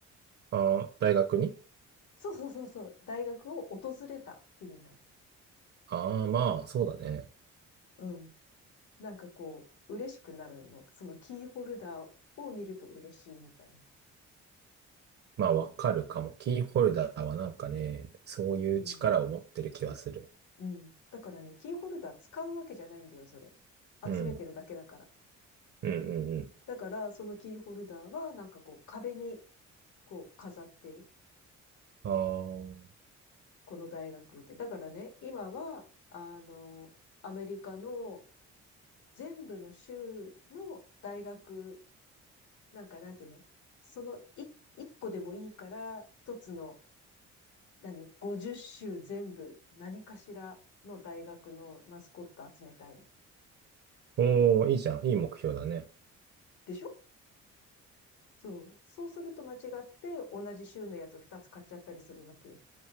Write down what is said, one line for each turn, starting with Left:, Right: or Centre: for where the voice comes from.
Right: あー大学に
Left: そうそうそうそう。大学を訪れた気になる。
Right: ああー、まあ、そうだね。
Left: うん。なんかこう、嬉しくなるの。そのキーホルダーを見ると嬉しいみたいな。
Right: まあ、わかるかも。キーホルダーはなんかね、そういう力を持ってる気はする。
Left: うん。うん。だからね、キーホルダー使うわけじゃないんだよ、それ。
Right: うん。
Left: 集めてるだけだから。
Right: うんうんうん。
Left: だから、そのキーホルダーは、なんかこう、壁に、こう、飾ってる。
Right: ああ。
Left: この大学って。だからね、今は、あの、アメリカの全部の州の大学、なんかなんていうのその一一個でもいいから、一つの何 ?50 種全部、何かしらの大学のマスコット集めたいの。
Right: おー、いいじゃん。いい目標だね。
Left: でしょそう。そうすると間違って同じ州のやつ2つ買っちゃったりするわけよ。